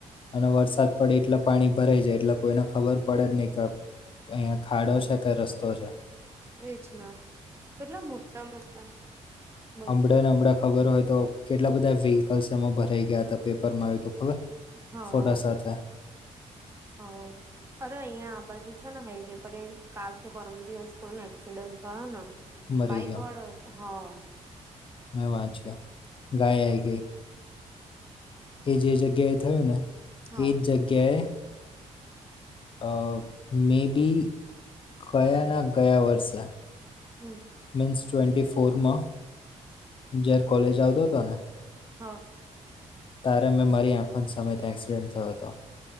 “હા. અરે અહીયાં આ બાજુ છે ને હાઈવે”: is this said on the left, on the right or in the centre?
Right